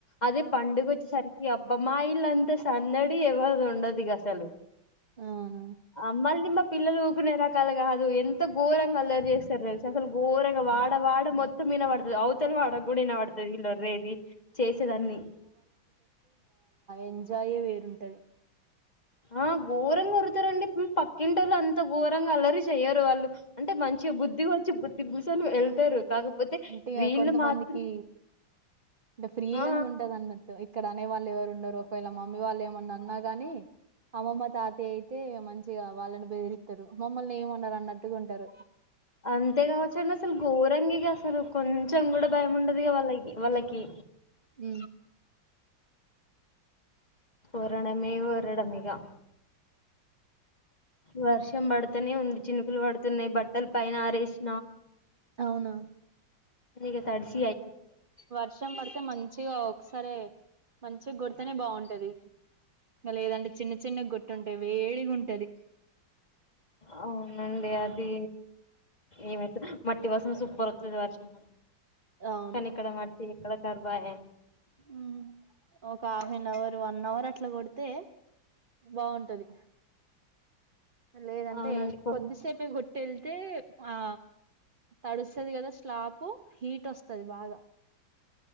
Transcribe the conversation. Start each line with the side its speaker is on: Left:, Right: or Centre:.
Left: అదే పండుగోచ్చేసరికి అబ్బ మా ఇల్ ఇలంతా సందడి, ఎవ్వరూండదిగాసలు.
Right: అవునా
Left: అమ్మల్ని మా పిల్లలు ఊకునే రకాలుగాదు, ఎంత గోరంగా అల్లరి చేస్తారు. తెలుసా అసలు గోరంగా వాడ్ డ మొత్తం వినవాడుత్ అవతల్ వాడగూడినపడ్తది. వీల్లోర్రేది చేసేదాన్ని
Right: ఎంజాయ్యే వేరుంటది.
Left: ఆ ఘోరంగా కురుతారండి పక్కింటి వాళ్ళు అంత ఘోరంగా అలరి చెయ్యరు వాళ్ళు అంటే మంచి బుద్ధి వచ్చి బుద్ధికి కూర్ొని వెళ్తారు కాకపోతే
Right: అంటే
Left: వీళ్ళు
Right: కొంతమందికి
Left: మాత్రం
Right: అంటే ఫ్రీడ
Left: ఆ
Right: ఉంటది అన్నట్టు ఇక్కడ అనే వాళ్ళు ఎవరు ఉండరు ఒకవేళ మమ్మీ వాళ్ళు ఏమన్నా అన్నా గాని అమ్మమ్మ తాత అయితే మంచిగా వాళ్ళని బెదిరి మమ్మల్ని ఏమన్నారు అన్నట్టుగా ఉంటారు
Left: అంతే కావచ్చుండి అసలు ఘోరంగిగా అసలు కొంచెం కూడా భయం ఉండదు వాళ్ళకి వాళ్ళకి
Right: ఉ
Left: ఉరణమే వడమిగా వర్షం పడుతనే ఉంది చినుకులు పడుతున్నాయి బట్టల పైన ఆరేసి
Right: అవునా
Left: క తాడు <unintelligible>
Right: వర్షం పడితే మంచిగా అ సరే మంచిగా కొతనే బాగుంటది లేదంటే చిన్న చిన్న గుట్టు ఉంటాయి వేడిగా ఉంటది
Left: అవునండి అది ఏమైతు మ ప్రతివాసం సూపర్ వతుది వర్షం
Right: అవును
Left: కానీ ఇక్కడ మట్టి ఇక్కడ కర్బాయ
Right: ఉ ఒక half an hour one hour అట్లా కొడితే బాగుంటది లేదంటే
Left: అవునండి కొ
Right: కొద్దిసేపే గుట్టెళ్తే ఆ తడుస్తుది కదా స్లాప్ హీట్ వస్తుది బాగా